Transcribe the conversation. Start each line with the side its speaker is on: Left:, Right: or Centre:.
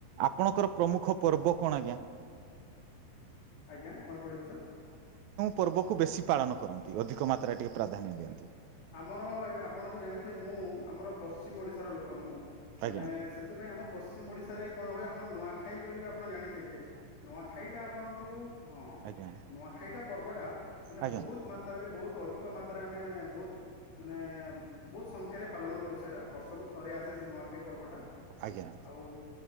Right: ଆପଣଙ୍କର ପ୍ରମୁଖ ପର୍ବ କଣ ଆଜ୍ଞା?
Left: ଆଜ୍ଞା କଣ କହିଲେ ସାର୍?
Right: ପର୍ବକୁୁ ବେଶୀ ପାଳନ କରନ୍ତି ଅଧିକ ମାତ୍ରା ଟିକେ ପ୍ରାଧାନ୍ୟ ଦିଅନ୍ତି।
Left: ଆମର ଏ ଆପଣ ତ ଜାଣିଥିବେ ମୁଁ ଆମର ପଶ୍ଚିମ ଓଡିଶାର ଲୋକ ମୁଁ।
Right: ଆଜ୍ଞା
Left: ମାନେ ସେଥିପାଇଁ ଆମ ପଶ୍ଚିମ ଓଡିଶାରେ କଣ ହୁଏ ଆମର ନୂଆଖା ଖାଇ ବୋଲିବି ଆପଣ ଜାଣିଥିବେ। ନୂଆଖାଇ ଟା ଆପଣଙ୍କୁ ହଁ
Right: ଆଜ୍ଞା
Left: ନୂଆଖାଇଟା ପର୍ବଟା ମାନେ
Right: ଆଜ୍ଞା
Left: ବହୁତ ମାତ୍ରାରେ ବହୁତ ତ ଅଧିକ ମାତ୍ରାରେ ଆମେ ବହୁତ ମାନେ ବହୁତ ସଂଖ୍ୟାରେ ପାଳନ କରୁ ସେଇଟା ବର୍ଷକୁ ଥରେ ଆସେ ସେ ନୂଆଖାଇ ପର୍ବଟା।
Right: ଆଜ୍ଞା
Left: ଆଉ